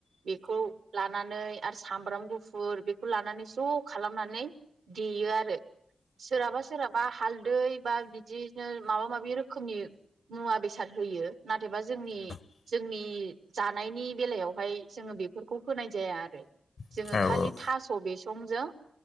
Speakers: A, on the right; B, on the left.
A: बेखौ लानानै आरो सामब्राम गुफुर बेखौ लानानै ज' खालामनानै देयो आरो। सोरहाबा सोरहाबा हालदै बा बिदिनो माबा मनि मुवाल बेसाद होयो नबा जोंनि
B: औ
A: जोंनि जानायनि बेलायावहाय जोङो बेफोरखौ होनाय जाया आरो। जोङो
B: औ औ
A: खालि
B: औ
A: थास' बिसंजों